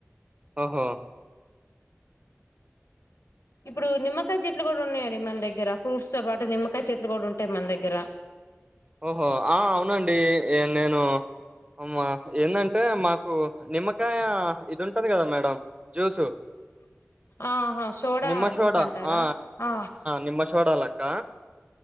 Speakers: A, on the right (about 25°); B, on the left (about 70°).
A: ఓహో
B: ఇప్పుడు నిమ్మకాయ చెట్లు కూడా ఉన్నాయండి మన దగ్గర ఫ్రూట్స్ తో పాటు నిమ్మకాయ చెట్లు కూడా ఉంటాయి మన దగ్గర
A: ఓహో ఆ అవునండి ఏ నేను మా ఎందంటే మాకు నిమ్మకాయ ఇది ఉంటది కదా మం డ జ్యూసు
B: ఆహా సోడా
A: నిమ్మ చోడ
B: జ్యూస్ అంటారా
A: ఆ
B: ఆ
A: నిమ్మ చోడ లక్క